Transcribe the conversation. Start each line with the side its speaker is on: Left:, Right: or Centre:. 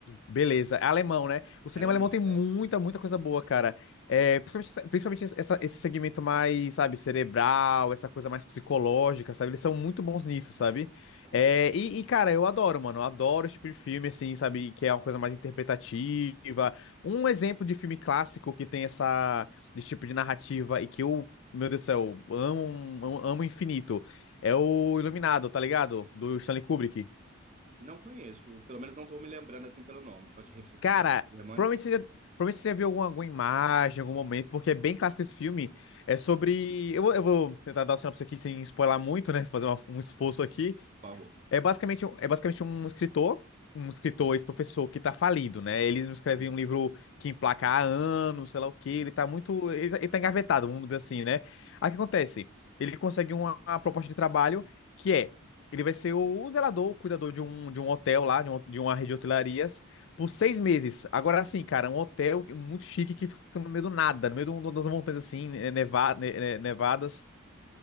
Left: Beleza, é alemão, né? O cinema
Right: alemão,
Left: alemão tem muita,
Right: né?
Left: muita coisa boa, cara. É, principalmente, principalmente essa- esse segmento mais, sabe, cerebral, essa coisa mais psicológica, sabe? Eles são muito bons nisso, sabe?
Right: São
Left: É,
Right: mesmo.
Left: e, e, cara, eu adoro, mano. Eu adoro esse tipo de filme, assim, sabe? Que é uma coisa mais interpretativa. Um exemplo de filme clássico que tem essa, esse tipo de narrativa e que eu, meu Deus do céu, amo, amo, amo infinito. É o Iluminado, tá ligado? Do Stanley Kubrick.
Right: Não conheço, pelo menos não estou me lembrando assim pelo nome. Pode refrescar
Left: Cara,
Right: a memória,
Left: provavelmente você já, provavelmente você já viu alguma, alguma imagem, em algum momento, porque é bem clássico esse filme. É sobre. Eu, vou- eu vou tentar dar o sinopse aqui sem spoiler muito, né? Fazer uma- um esforço aqui.
Right: por favor.
Left: É basicamente, um- é basicamente um escritor, um escritor, ex-professor que tá falido, né? Ele não escreve
Right: Sim,
Left: um livro que emplaca há anos, sei lá o quê,
Right: entendi.
Left: ele tá muito. Ele, tá ele tá engavetado, vamos dizer assim, né? Aí o que acontece? Ele consegue uma, uma proposta de trabalho que é. Ele vai ser o zelador, o cuidador de um, de um hotel lá, de, um- de uma rede de hotelarias, por seis meses. Agora sim, cara, um hotel muito chique que fica no meio do nada, no meio do- das montanhas assim, eh, neva- ne- ne- nevadas.